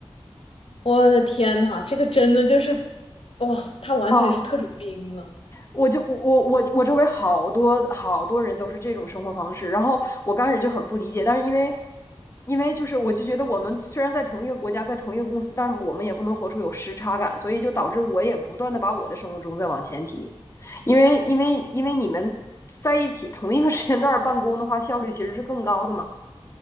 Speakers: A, on the left; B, on the left.
A: 我的天呐，这个真的就是，哇、他完全是特种兵了。
B: 哦，我就我我我我周围好多好多人都是这种生活方式，然后我刚开始就很不理解，但是因为因为就是我就觉得我们虽然在同一个国家，在同一个公司，但是我们也不能活出有时差感，所以就导致我也不断的把我的生物钟在往前提，因为因为因为你们在一起同一个时间段办公的话，效率其实是更高的嘛。